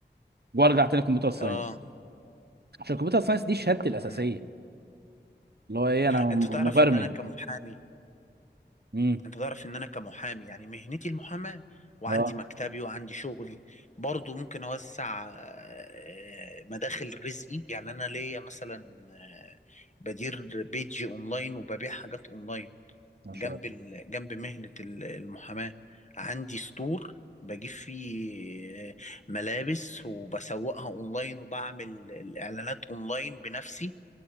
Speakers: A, on the right; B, on the left.
A: وارجع تاني كمبيوتر ساينس
B: اه
A: عشان الكمبيوتر ساينس دي شهادتي الاساسيه
B: امم
A: اللي هو ايه انا م-
B: انت تعرف
A: مبرمج
B: ان انا كمحامي
A: امم
B: انت تعرف ان انا كمحامي يعني مهنتي المحاماة وعندي
A: اه
B: مكتبي وعندي شغلي برضو ممكن اوسع آه، مداخل رزقي يعني انا ليا مثلا آه، بدير بيج اونلاين وببيع حاجات اونلاين
A: ما شاء
B: جنب
A: الله
B: ال... جنب مهنة ال- المحاماة عندي ستور بجيب فيه آه، ملابس وبسوقها اونلاين وبعمل الاعلانات اونلاين بنفسي